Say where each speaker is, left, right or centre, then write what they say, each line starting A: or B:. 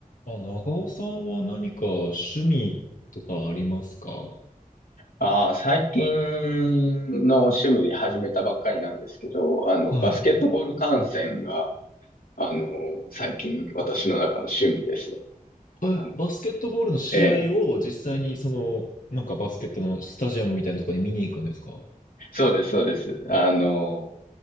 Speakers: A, on the left (about 65°); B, on the left (about 90°).
A: あ、長尾さんは何か趣味とかありますか
B: ああ、最近の趣味で始めたばっかりなんですけど、あの、
A: はい。
B: バスケットボール観戦が、あの、最近私の中の趣味です。
A: え、
B: あの、
A: バスケットボールの試合を実際にその、
B: ええ、
A: なんかバスケットのスタジアムみたいなところに見に行くんですか
B: そうです、そうです。あの、